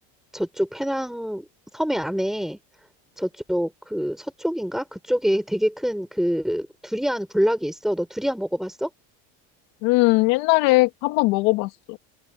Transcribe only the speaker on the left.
음, 옛날에 한번 먹어봤어.